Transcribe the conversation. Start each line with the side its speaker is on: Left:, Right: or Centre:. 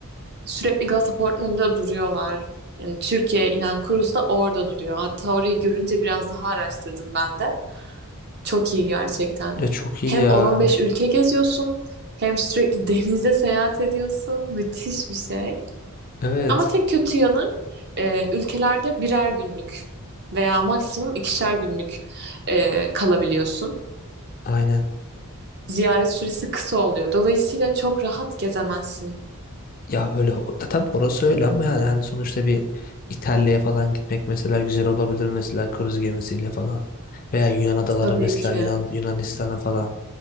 Right: Sürekli Galata Port'un önünde duruyorlar. Yani Türkiye'ye inen kruz da orada duruyor. Hatta orayı görünce biraz daha araştırdım ben de. Çok iyi gerçekten.
Left: Ya çok iyi
Right: Hem
Left: ya.
Right: 10-15 ülke geziyorsun, hem sürekli <laughs> denizde seyahat ediyorsun. Müthiş bir şey.
Left: Evet.
Right: Ama tek kötü yanı e, ülkelerde birer günlük veya maksimum ikişer günlük e, kalabiliyorsun.
Left: Aynen.
Right: Ziyaret süresi kısa oluyor. Dolayısıyla çok rahat gezemezsin.
Left: Ya öyle o- da tabii orası öyle ama yani hani sonuçta bir İtalya'ya falan gitmek mesela güzel olabilir mesela kruz gemisiyle falan. Veya Yunan adaları
Right: Tabii
Left: mesela
Right: ki.
Left: Yunan Yunanistan'a falan.